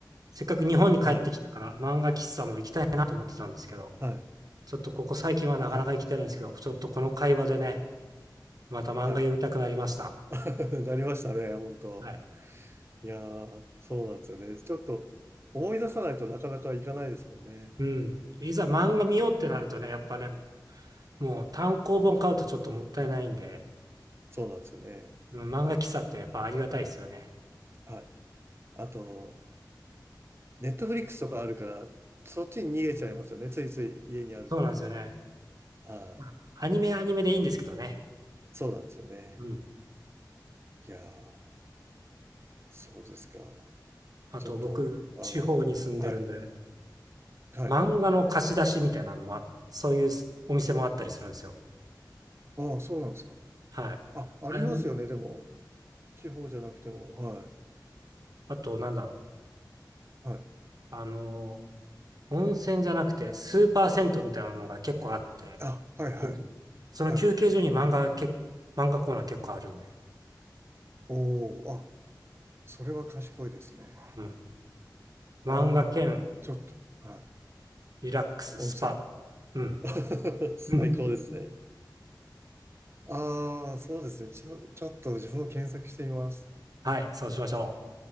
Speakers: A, on the right; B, on the right.
A: せっかく日本に帰ってきたから漫画喫茶も行きたいなと思ってたんですけど、
B: はい、はい、
A: ちょっとここ最近はなかなか行きたいんですけど、
B: はい、
A: ちょっとこの会話でね、また漫画読みたくなりました。
B: はい。<laughs> なりましたね、本当。
A: はい。
B: いやー、そうなんですよね。ちょっと思い出さないとなかなかいかないですもんね。
A: うん。いざ漫画見ようってなるとね、やっぱね、もう単行本買うとちょっともったいないんで、
B: そうなんですよね。
A: うん、漫画喫茶ってやっぱありがたいですよね。
B: はい。あと、ネットフリックスとかあるから、そっちに逃げちゃいますよね。ついつい家にあるから。
A: そうなんですよね。
B: はい。
A: まあアニメはアニメでいいんですけどね。
B: そうなんですよね。
A: うん。
B: いやー、そうですか。
A: あと僕、
B: ちょっと、あの、
A: 地方に住んでるんで、
B: はい、はい。
A: 漫画の貸し出しみたいなのもあ、そういうすお店もあったりするんですよ。
B: ああ、そうなんですか。
A: はい。
B: あ、ありますよね。
A: あれも、
B: でも、地方じゃなくても。はい。
A: あとなんだろう。
B: はい。
A: あのー、温泉じゃなくてスーパー銭湯みたいなのが結構あって、
B: あ、はい、はい。
A: 近所にその休憩所に漫画け、
B: はい。
A: 漫画コーナー結構あるんで。
B: おーあ、それは賢いですね。
A: うん。漫画兼
B: ああ、ちょっと。はい。
A: リラックススパ。
B: 温泉。
A: うん。
B: <laughs> 最高ですね。
A: <laughs>
B: ああ、そうですね。ちょ、ちょっと自分も検索してみます。
A: はい、そうしましょ